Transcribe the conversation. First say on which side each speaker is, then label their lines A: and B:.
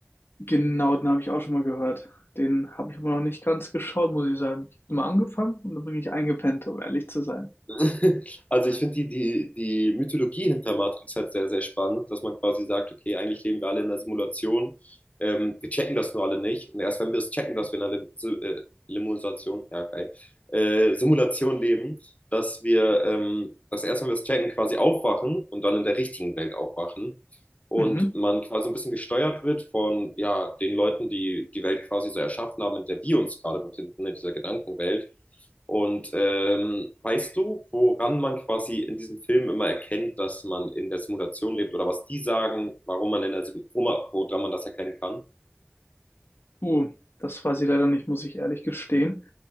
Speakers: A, on the left; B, on the left.
A: Genau, den habe ich auch schon mal gehört. Den habe ich aber noch nicht ganz geschaut, muss ich sagen. Ich habe mal angefangen und dann bin ich eingepennt, um ehrlich zu sein.
B: <laughs> Also ich finde die, die, die Mythologie hinter Matrix halt sehr, sehr spannend, dass man quasi sagt, okay, eigentlich leben wir alle in einer Simulation, ähm, wir checken das nur alle nicht. Und erst wenn wir es checken, dass wir in einer Lim Si- äh, Limusation, ja, geil, äh, Simulation leben, dass wir, ähm, dass erst wenn wir es checken, quasi aufwachen und dann in der richtigen Welt aufwachen und
A: Mhm.
B: man quasi so ein bisschen gesteuert wird von ja, den Leuten, die die Welt quasi so erschaffen haben, in der wir uns gerade befinden, in dieser Gedankenwelt. Und ähm, weißt du, woran man quasi in diesem Film immer erkennt, dass man in der Simulation lebt oder was die sagen, warum man in der Sim- wo man, woran man das erkennen kann?
A: Uh, das weiß ich leider nicht, muss ich ehrlich gestehen.